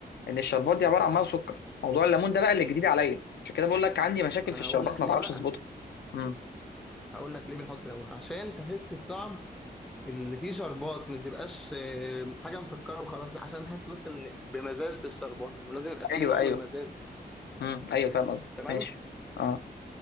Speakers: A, on the left; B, in the centre.
A: ان الشربات دي عباره عن ميه وسكر موضوع الليمون ده بقى اللي جديد عليا عشان كده بقول لك عندي مشاكل
B: انا
A: في الشربات
B: هقول لك
A: ما
B: ليه
A: بعرفش
B: بقى
A: اظبطها امم
B: هقول لك ليه بنحط ليمون عشان تحس بطعم اللي فيه شربات ما تبقاش آه، حاجه مسكره وخلاص لا عشان تحس بس ان بمزازه الشربات ولازم يبقى
A: ايوه
B: فيه نوع
A: ايوه
B: من المزازه
A: امم ايوه فاهم قصدي
B: تمام
A: ماشي اه